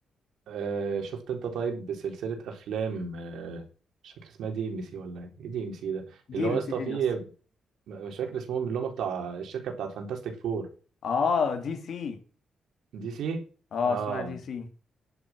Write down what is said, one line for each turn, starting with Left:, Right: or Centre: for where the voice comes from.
Right: آه شفت انت طيب سلسلة افلام آه مش فاكر اسمها دي ام سي ولا ايه ايه دي ام سي ده
Left: دي
Right: اللي هو
Left: ام
Right: يا اسطى
Left: سي ايه
Right: فيه
Left: يا اسطى
Right: مش فاكر اسمهم اللي هم بتاع الشركة بتاعت فانتاستيك فور
Left: اه دي سي
Right: دي سي
Left: اه
Right: اه
Left: اسمها دي سي